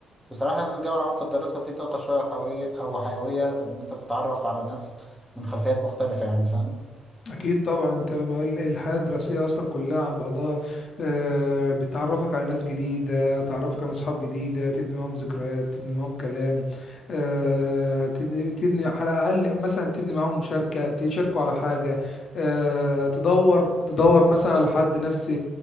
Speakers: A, in the centre; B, on the left (about 50°).
A: بصراحة أنا الجو العام في الدراسة فيه طاقة شوية وحيوية أو حيوية إن أنت بتتعرف على ناس من خلفيات مختلفة يعني فاهم
B: اكيد طبعا انت ما- الحياه الدراسيه اصلا كلها عن بعضها آه، بتعرفك على ناس جديده تعرفك على اصحاب جديده تبني معاهم ذكريات تبني معاهم كلام آه، تبني تبني على الاقل مثلا تبني معاهم مشاركه تشاركوا على حاجه آه، تدور تدور مثلا على حد نفس